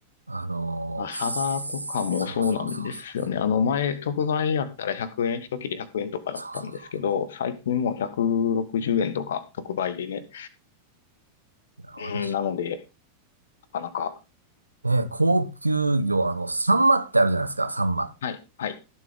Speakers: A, on the right (about 85°); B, on the left (about 60°).
A: あのーそうそうそうそ
B: 朝バとかもそうなんですよね。あの前、特売やったら100円、一切れ100円とかだったんですけど、
A: う。そうそうそ
B: 最近もう160円とか特売でね。
A: う。いや、
B: うん、
A: 私、
B: なので、なかなか。
A: ね、高級魚、あの、サンマってあるじゃないですか、サンマ。
B: はい、はい。